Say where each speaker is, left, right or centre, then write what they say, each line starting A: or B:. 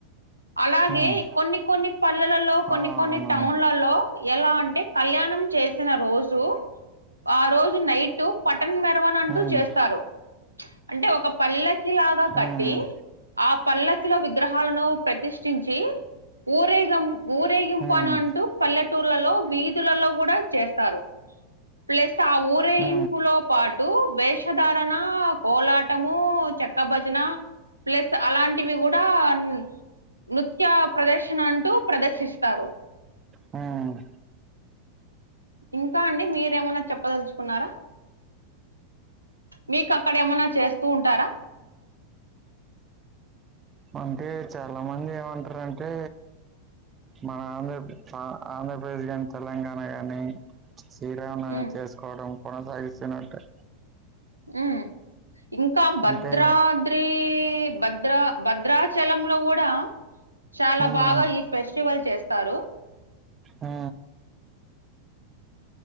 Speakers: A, on the right (about 85°); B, on the right (about 20°).
A: అలాగే
B: ఉమ్,
A: కొన్ని కొన్ని పల్లెలల్లో కొన్ని
B: ఆ,
A: కొన్ని
B: అవునవును
A: టౌన్లల్లో ఎలా అంటే కళ్యాణం చేసిన రోజు ఆ రోజు నైటు పటన్ మెరువన్ అంటూ
B: ఉమ్,
A: చేస్తారు అంటే ఒక పల్లకిి లాగా కట్టి
B: ఉమ్,
A: ఆ పల్లకిలో విగ్రహాలను ప్రతిష్ఠించి ఊరేగం ఊరేగింపను
B: ఉమ్.
A: అంటూ పల్లెటూర్లలో వీధులల్లో గూడా చేస్తారు ప్లస్ ఆ ఊరేగింపు
B: ఆ
A: లో పాటు వేషధారణ కోలాట్ టము చెక్క భజన ప్లస్ అలాంటివి గూడా న్ నృత్య ప్రదర్శన అంటూ ప్రదర్శిస్తారు
B: హ్మ్
A: ఇంకా అండి మీరేమన్నా చెప్పదలుచుకున్నారా మీకక్కడెమన్నా చేస్తూ ఉంటారా
B: అంటే చాలా మంది ఏమంటరంటే మన ఆంధ్ర ఆ ఆంధ్రప్రదేశ్ కాని తెలంగాణ గాని శ్రీరామనవమి
A: హ్మ్.
B: చేసుకోవడం కొనసాగిస్తునట్టే
A: హ్మ్ ఇంకా భద్రా
B: అంటే
A: ద్రి భద్రా భద్రాచలంలో కూడా చాలా
B: ఉమ్
A: బాగా ఈ ఫెస్ స్టివల్ చేస్తారు
B: ఆ